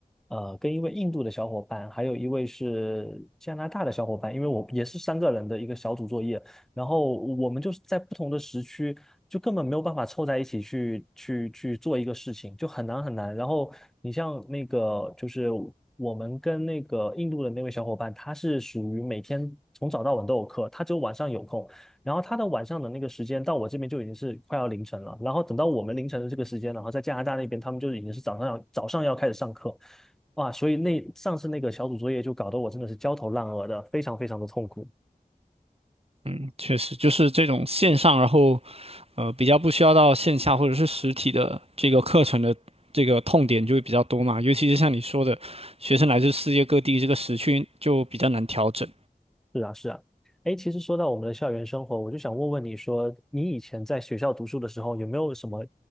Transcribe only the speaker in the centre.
呃，跟一位印度的小伙伴，还有一位是加拿大的小伙伴，因为我也是三个人的一个小组作业，然后我们就是在不同的时区，就根本没有办法凑在一起去去去做一个事情，就很难很难。然后你像那个就是我们跟那个印度的那位小伙伴，他是属于每天从早到晚都有课，他只有晚上有空。然后他的晚上的那个时间到我这边就已经是快要凌晨了，然后等到我们凌晨的这个时间，然后在加拿大那边他们就已经是早上要早上要开始上课，哇，所以那上次那个小组作业就搞得我真的是焦头烂额的，非常非常的痛苦。
是啊，是啊。哎，其实说到我们的校园生活，我就想问问你说，你以前在学校读书的时候，有没有什么